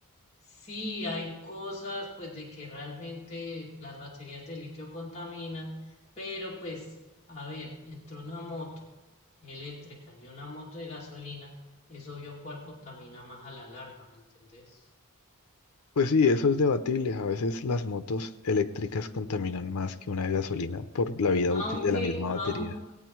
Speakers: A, on the left; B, on the left.
A: sí hay cosas pues de que realmente las baterías de litio contaminan, pero pues, a ver, entre una moto eléctrica y una moto de gasolina, es obvio cuál contamina más a la larga, ¿me entendés?
B: Pues sí, eso es debatible. A veces las motos eléctricas contaminan más que una de gasolina por la vida
A: Aunque,
B: útil de la misma
A: aun,
B: batería.